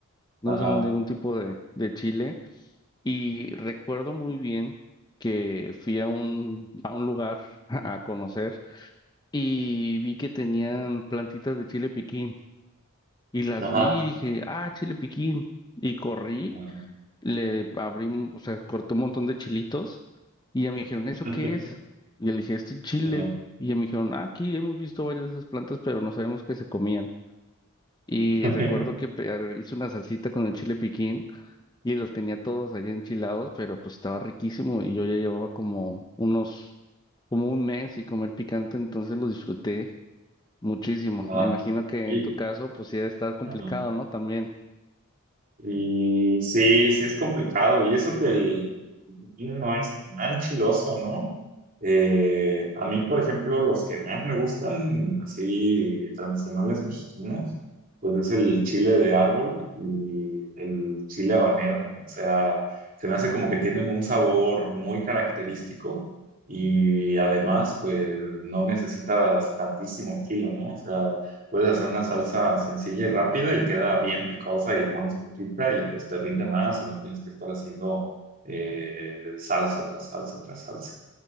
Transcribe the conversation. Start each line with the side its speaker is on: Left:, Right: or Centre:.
Left: no
Right: Ajá,
Left: usamos ningún tipo de, de chile. Y recuerdo muy bien que fui a un, a un lugar <laughs> a conocer y vi que tenían plantitas de chile piquín. Y las
Right: ajá,
Left: vi y dije, ah, chile piquín. Y corrí,
Right: ajá.
Left: le abrí, un- o sea, corté un montón de chilitos y ya me dijeron, ¿eso
Right: <laughs>
Left: qué es? Y yo le dije, esto es chile.
Right: Ajá.
Left: Y ya me dijeron, "Ah, aquí hemos visto varias de esas plantas, pero no sabemos que se comían. Y
Right: <laughs>
Left: recuerdo que pe- hice una salsita con el chile piquín y los tenía todos allá enchilados, pero pues estaba riquísimo y yo ya llevaba como unos, como un mes sin comer picante, entonces lo disfruté muchísimo.
Right: Ajá.
Left: Me imagino que
Right: Y,
Left: en tu caso pues sí debe estar complicado,
Right: ajá.
Left: ¿no? También.
Right: Y sí, sí es complicado. Y eso que el el pepino no es tan chiloso, ¿no? Eh, a mí, por ejemplo, los que más me gustan, así tradicionales mexicanos, pues es el chile de árbol y el chile habanero. O sea, se me hace como que tienen un sabor muy característico y además, pues no necesitas tantísimo chile, ¿no? O sea, Puedes hacer una salsa sencilla y rápida y queda bien picosa y le pones tu pizza y pues te rinde más y no tienes que estar haciendo eh, salsa tras salsa tras salsa.